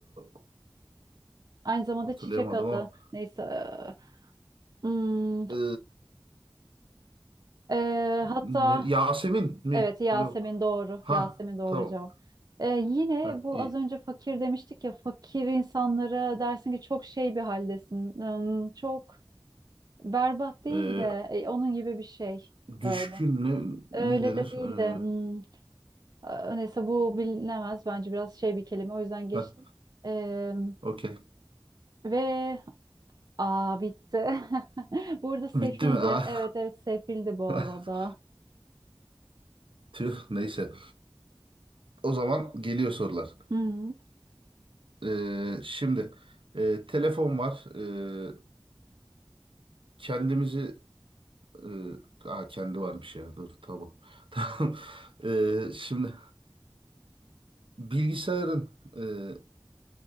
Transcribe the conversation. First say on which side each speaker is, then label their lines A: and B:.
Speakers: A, on the right; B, on the right.
A: e,
B: Aynı zamanda
A: hatırlayamadım
B: çiçek adı.
A: ama.
B: Neyse. eee, hmm,
A: E,
B: eee, hatta
A: ne- Yasemin mi?
B: evet Yasemin
A: Yok.
B: doğru.
A: Ha
B: Yasemin doğru
A: tamam.
B: cevap. Eee, yine
A: Ha
B: bu
A: iyi.
B: az önce fakir demiştik ya. Fakir insanlara dersin ki çok şey bir haldesin. Hmm, çok berbat değil
A: E,
B: de e, onun gibi bir şey.
A: düşkün
B: Böyle.
A: ne, ne
B: Öyle
A: denir?
B: de değil de. hmm,
A: E,
B: Ee, Neyse bu bilinemez. Bence biraz şey bir kelime. O yüzden geçtim.
A: heh,
B: Ee,
A: okey.
B: ve aa bitti. <laughs> Burada sefildi.
A: Bitti mi? Ah.
B: Evet evet sefildi bu arada.
A: <laughs> Tüh, neyse. O zaman geliyor sorular.
B: Hı,
A: E, şimdi e, telefon var. E, kendimizi Ee, aa, kendi varmış ya. Dur tabu. <laughs> Tamam. Ee, şimdi bilgisayarın e,